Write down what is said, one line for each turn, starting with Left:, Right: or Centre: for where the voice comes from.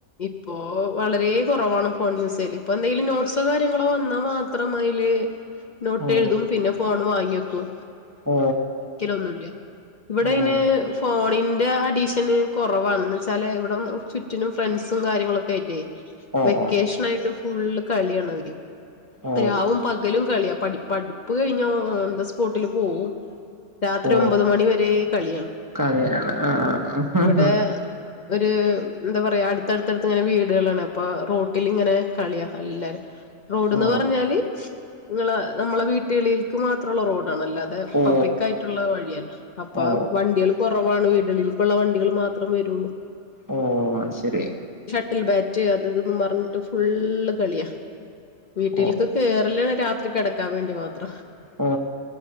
Left: ഇപ്പൊ വളരെ കുറവാണ് ഫോൺ യൂസൽ ഇപ്പൊ എന്തെങ്കിലും നോട്സോ കാര്യങ്ങളോ വന്നാ മാത്രം അയില് നോട്ട്
Right: ഓ
Left: എഴുതും പിന്നെ ഫോൺ വാങ്ങി ങ്ങിവയ്ക്കും
Right: ഓ
Left: ഒന്നുല്ല ഇവിടെ
Right: ഓ
Left: അയിന് ഫോൺ ഫോണിന്റെ അഡീഷന് കുറവാണന്ന് വച്ചാല് ഇവിട ചുറ്റിനും ഫ്രണ്ട്സും കാര്യങ്ങളൊക്കെ ആയിട്ടേ
Right: ഓ ഓ
Left: വെക്കേഷൻ ആയിട്ട് ഫുള്ള് കളിയാണ് അവര്
Right: ഓ
Left: രാവും പകലും കളിയ പടി പഠിപ്പ് കഴിഞ്ഞ ഓൺ ദ സ്പോട്ടില് പോവും രാത്രി
Right: ഓ ഓ
Left: ഒമ്പത് മണി വരെ കളിയാ
Right: കളിയാണ് ആഹ്
Left: ഇവിടെ ഒരു എന്താ പറയാ അടുത്തടുത്തടുത്ത് ഇങ്ങനെ വീടുകളാണ് അപ്പൊ റോട്ടിൽങ്ങനെ കളിയാ എല്ലാരും റോഡ്ന്ന്
Right: ഓ
Left: പറഞ്ഞാല് നിങ്ങള് നമ്മളെ വീ <unintelligible> മാത്രള്ള റോഡ് ആണല്ലാതെ
Right: ഓ
Left: പബ്ലിക് ക്കായിട്ടുള്ള വഴിയല്ല അപ്പൊ
Right: ഓ ഓ
Left: വണ്ടിയള് കുറ ആണ് വീടുകളിൽ ഇപ്പ ഉള്ള വണ്ടികൾ മാത്രം വരുള്ളൂ
Right: ഓ അ ശരി
Left: അ ബാറ്റ് അതതൊന്നന്ന് പറഞ്ഞിട്ട് ഫുള്ള് കളിയാ വീട്ടിൽക്ക്
Right: ഓ
Left: കേറല രാത് കിടക്കാൻ വേണ്ടി മാത്ര
Right: ഓ